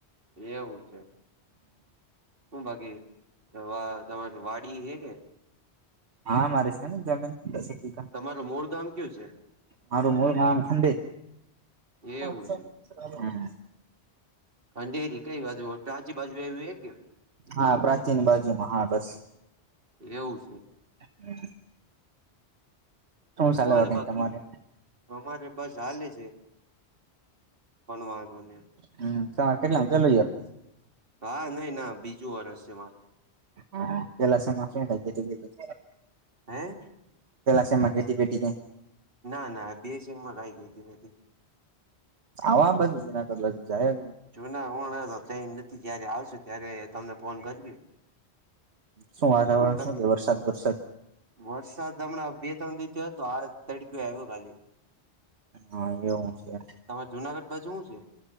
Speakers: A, on the right (about 55°); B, on the right (about 75°).
A: એવું છે. શું બાકી વા તમારી વાડી હે કે?
B: હા મારી છે ને જમીન. વીઘા
A: તમારું મૂળ ગામ કયુ છે?
B: મારું મૂળ ગામ ખંડીત, હા.
A: એવું છે ખંડેરી કઈ બાજુ હો કાચી બાજુ એવુ એ કે?
B: હા પ્રાચીન બાજુમાં હા બસ.
A: એવું છે.
B: હમ ચાલે
A: હું હાલે બાકી?
B: તમારે?
A: અમારે બસ હાલે છે. ભણવાનું ને
B: હમ્મ, સવારે કેટલા કેટલું યર?
A: હા નઈ ના બીજું વર્ષ હે મારૂ.
B: હા તેલા સેના <unintelligible>
A: હે?
B: તેલા સેમાં ખેટી બેતી કઈ?
A: ના ના દેસીમા કાઈ ખેતી નથી.
B: આવામ બાજુ જૂનાગઢ બાજુ જાયન.
A: જૂના હું તો ટ્રેન નથી જયારે આવશું ત્યારે તમને ફોન કર્યું.
B: શું વાતાવરણ
A: તમે
B: શું છે વરસાદ વરસાદ?
A: વરસાદ હમણાં બે ત્રણ દિવસથી હતો આ તડકે આવ્યો ખાલી.
B: હા એવું છે
A: તમારે જુનાગઢ બાજુ હું છે?